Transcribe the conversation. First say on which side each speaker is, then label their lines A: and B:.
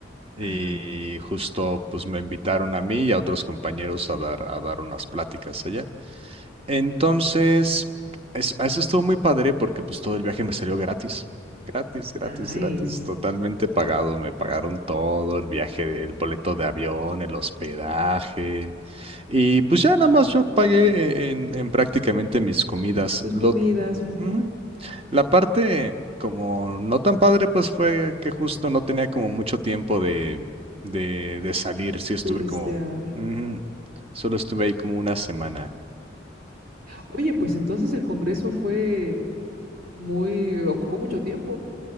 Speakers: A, on the right (about 30°); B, on the right (about 50°).
A: Y
B: Ajá,
A: justo pues me invitaron a mí y a otros compañeros a dar, a dar unas pláticas allá. Entonces, es- eso estuvo muy padre porque pues todo el viaje me salió gratis. Gratis, gratis,
B: nice.
A: gratis, totalmente pagado. Me pagaron todo, el viaje, el boleto de avión, el hospedaje. Y pues ya nada más yo pagué en, en prácticamente mis comidas.
B: Tus
A: Lo,
B: comidas, ujú,
A: Ujú. La parte como no tan padre, pues fue que justo no tenía como mucho tiempo de, de, de salir. Sí estuve
B: Turistear.
A: como, ujú, Solo estuve ahí como una semana.
B: Oye, pues entonces el congreso fue muy, ocupó mucho tiempo.